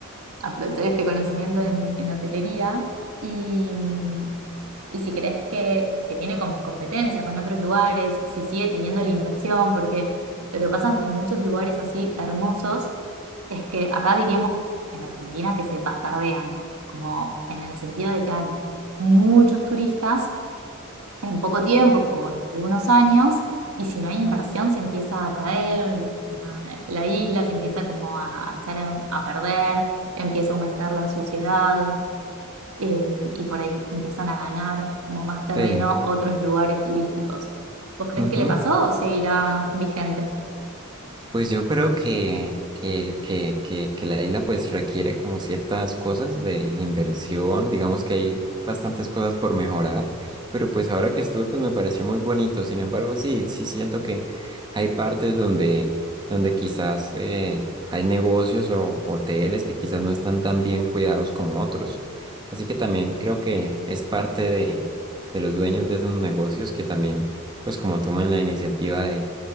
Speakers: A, on the right; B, on the right.
A: aprovechar este conocimiento en, en hotelería y, mm, y si crees que, que tiene como competencia con otros lugares, si sigue teniendo la inversión, porque lo que pasa con muchos lugares así hermosos es que acá diríamos en Argentina que se bastardean, como en el sentido de que dan muchos turistas en poco tiempo o en algunos años, y si no hay inversión se empieza a caer, la, la isla se empieza como a, a echar a, a perder, empieza a aumentar la suciedad, eh, y por ahí empiezan a ganar como más terreno
B: Sí,
A: otros lugares turísticos. ¿Vos crees
B: ujú.
A: que le pasó o seguirá vigente?
B: Pues yo creo que, que, que, que, que la isla pues requiere como ciertas cosas de inversión, digamos que hay bastantes cosas por mejorar, pero pues ahora que estuve pues me pareció muy bonito, sin embargo sí, sí siento que hay partes donde, donde quizás eh, hay negocios o hoteles que quizás no están tan bien cuidados como otros, así que también creo que es parte de, de los dueños de esos negocios que también pues como toman la iniciativa de